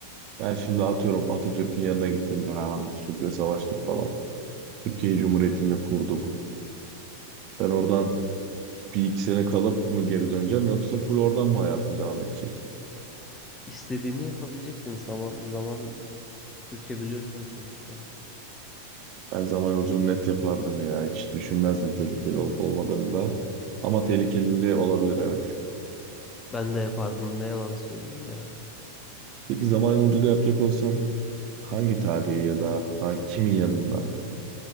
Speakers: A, on the right; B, on the left.
A: Ben şimdi atıyorum Atatürk'ün yanına gittim beraber Atatürk'le savaştık falan. Türkiye Cumhuriyeti'ni de kurduk. Ben oradan bir iki sene kalıp mı geri döneceğim yoksa full oradan mı hayatım devam edecek?
B: İstediğini yapabileceksin. Zaman zaman bükebiliyorsun sonuçta.
A: Ben zaman yolculuğunu net yapardım ya. Hiç düşünmezdim tehlikeli olup olmadığını da. Ama tehlikeli olabilir evet.
B: Ben de yapardım ne yalan söyleyeyim ya.
A: Peki zaman yolculuğu yapacak olsan hangi tarihi ya da ha- kimin yanında?